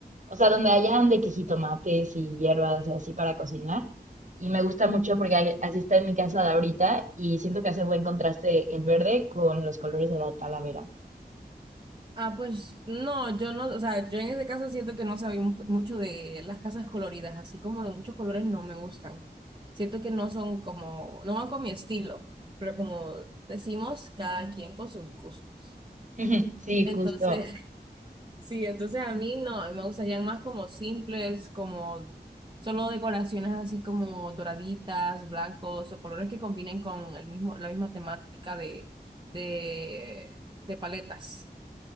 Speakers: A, on the right; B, on the right.
A: o sea, donde hayan de que jitomates y hierbas y así para cocinar. Y me gusta mucho porque ahí- así está en mi casa de ahorita y siento que hace buen contraste el verde con los colores de la talavera.
B: Ah, pues no, yo no, o sea, yo en ese caso siento que no sabemos mucho de las casas coloridas, así como de muchos colores no me gustan. Siento que no son como, no van con mi estilo, pero como decimos, cada quien con sus gustos.
A: <laughs> Sí,
B: Entonces,
A: justo.
B: <laughs> sí, entonces a mí no, a mí me gustarían más como simples, como solo decoraciones así como doraditas, blancos o colores que combinen con el mismo, la misma temática de, de, de paletas.